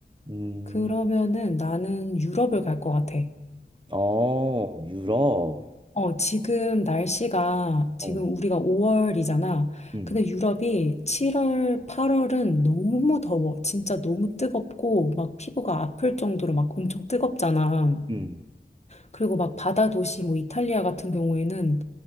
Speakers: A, on the right (about 25°); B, on the left (about 35°).
A: 음,
B: 그러면은 나는 유럽을 갈 것 같아.
A: 어, 유럽.
B: 어, 지금 날씨가, 지금
A: 어,
B: 우리가 5월이잖아.
A: 응,
B: 근데 유럽이 7월, 8월은 너무 더워. 진짜 너무 뜨겁고, 막 피부가 아플 정도로 막 엄청 뜨겁잖아.
A: 응,
B: 그리고 막 바다 도시, 뭐 이탈리아 같은 경우에는